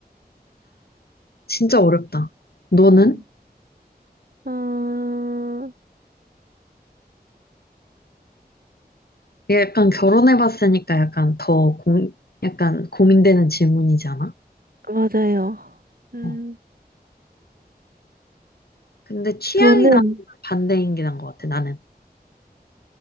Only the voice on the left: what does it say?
진짜 어렵다. 너는?
이게 약간 결혼해봤으니까 약간 더 공, 약간 고민되는 질문이잖아?
어. 근데 취향이
나는 반대인 게 나은 것 같아, 나는.